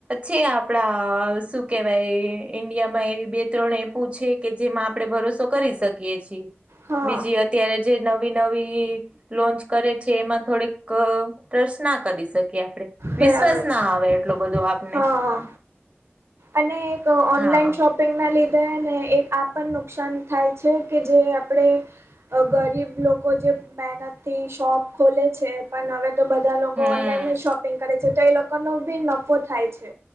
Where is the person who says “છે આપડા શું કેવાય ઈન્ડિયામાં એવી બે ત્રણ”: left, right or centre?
Right